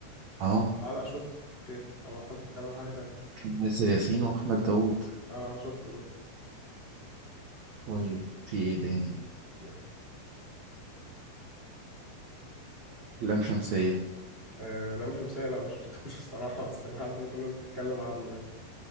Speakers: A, on the right; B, on the left.
A: اه
B: اه لا شفته اوكي انا فاكر بتتكلم عن حاجة تانية
A: كان آسر ياسين وأحمد داوود
B: اه شفته شفته
A: طيب في إيه تاني؟
B: إيه.
A: لام شمسية
B: آه لا مش مثال لا ما شفتوش <laughs> الصراحة بس انا عارف ان كل الناس بتتكلم عنه يعني